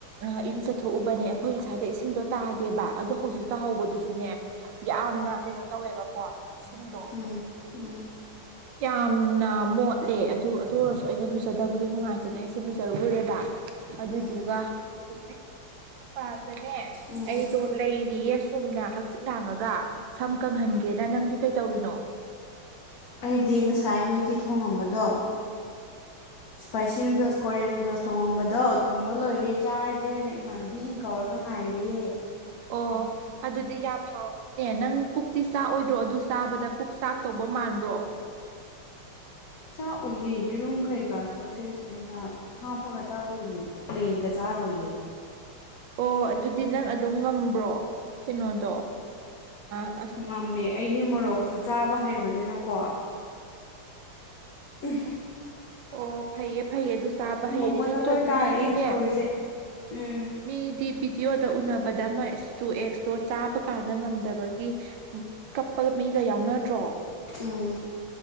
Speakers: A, on the right (about 70°); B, on the left (about 55°).
A: ꯑ ꯏꯔꯨꯖꯊꯣꯛꯎꯕꯅꯦ ꯑꯩꯈꯣꯏ ꯉꯁꯥꯏꯗꯩꯩ ꯏꯁꯤꯡꯗꯣ ꯇꯥꯗꯦꯕꯥ ꯑꯗꯣ ꯍꯧꯖꯤꯛ ꯇꯥꯍꯧꯕꯗꯨꯁꯨꯅꯦ ꯌꯥꯝꯅ ꯀꯩꯅꯣ ꯇꯧꯋꯦꯕꯀꯣ ꯏꯁꯤꯡꯗꯣ
B: ꯎꯝ ꯎꯝ
A: ꯌꯥꯝꯅ ꯃꯣꯠꯂꯦ ꯑꯗꯨ ꯑꯗꯨ ꯑꯣꯏꯔꯁꯨ ꯑꯩꯅ ꯂꯨꯖꯗꯕꯗꯣ ꯅꯨꯡꯉꯥꯏꯇꯦꯅ ꯑꯩꯁꯦ ꯂꯨꯖꯔꯨꯔꯦꯕ ꯑꯗꯨꯏꯗꯨꯒ
B: ꯎꯝ
A: ꯍꯧꯖꯤꯛ ꯃꯄꯥꯟꯗꯅꯦ
B: ꯎꯝ
A: ꯑꯩꯗꯣ ꯂꯩꯔꯤꯌꯦ ꯁꯨꯝꯅ ꯍꯪꯆꯤꯛ ꯂꯥꯡꯉꯒ ꯁꯝ ꯀꯪꯍꯟꯒꯦꯅ ꯅꯪꯗꯤ ꯀꯩ ꯇꯧꯔꯤꯅꯣ
B: ꯑꯩꯗꯤ ꯉꯁꯥꯏ ꯃꯦꯒꯤ ꯊꯣꯡꯉꯝꯕꯗꯣ ꯏꯁꯄꯥꯏꯁꯤ ꯅꯨꯗꯜꯁ ꯀꯣꯔꯤꯌꯟ ꯅꯨꯗꯜꯁ ꯊꯣꯡꯉꯝꯕꯗꯣ ꯊꯣꯡ ꯕ ꯂꯣꯏꯔꯦ ꯆꯥꯔꯖꯦꯅ ꯏꯃꯥꯟꯅꯕꯤꯖꯤꯡ ꯀꯧꯔꯒ ꯉꯥꯏꯔꯤꯌꯦ
A: ꯑꯣ ꯑꯗꯨꯗꯤ ꯌꯥꯝ ꯍꯥꯎꯅꯤꯅꯦ ꯅꯪ ꯄꯨꯛꯇꯤ ꯆꯥꯛꯑꯣꯏꯗ꯭ꯔꯣ ꯑꯗꯨ ꯆꯥꯕꯗ ꯄꯨꯛ ꯆꯥꯛ ꯇꯧꯕ ꯃꯥꯟꯕ꯭ꯔꯣ
B: ꯆꯥꯛ ꯑꯣꯏꯌꯦ ꯌꯦꯔꯨꯝ ꯀꯩꯀꯥ ꯁꯣꯁꯦꯁ ꯀꯩꯀꯥ ꯍꯥꯞꯄꯒ ꯆꯥꯗꯣꯏꯅꯦ ꯄ꯭ꯂꯦꯟꯗ ꯆꯥꯔꯣꯏꯌꯦ
A: ꯑꯣ ꯑꯗꯨꯗꯤ ꯅꯪ ꯑꯗꯨꯝ ꯉꯝꯕ꯭ꯔꯣ ꯀꯩꯅꯣꯗꯣ ꯑ
B: ꯉꯝꯃꯦ ꯑꯩꯗꯤ ꯃꯣꯔꯣꯛꯁꯨ ꯆꯥꯕ ꯍꯩꯕꯅꯤꯅꯀꯣ ꯎꯝ
A: ꯑꯣ ꯐꯩꯌꯦ ꯐꯩꯌꯦ ꯑꯗꯨ ꯆꯥꯕ ꯍꯩꯔꯗꯤ
B: ꯕꯣꯇꯜ
A: ꯅꯠꯇ꯭ꯔꯥꯗꯤ
B: ꯂꯣꯏ ꯇꯥꯔꯛꯑꯦꯅꯦ
A: ꯃꯤꯗꯤꯅꯦ
B: ꯇꯧꯔꯤꯁꯦ ꯎꯝ
A: ꯃꯤꯗꯤ ꯚꯤꯗꯤꯑꯣꯗ ꯎꯅꯕꯗ ꯑꯃ ꯏꯁ ꯇꯨ ꯑꯦꯛꯁꯇꯣ ꯆꯥꯕ ꯀꯥꯟꯗ ꯉꯝꯗꯕꯒꯤ ꯀꯞꯄꯒ ꯃꯤꯒ ꯌꯥꯎꯅꯗ꯭ꯔꯣ
B: ꯎꯝ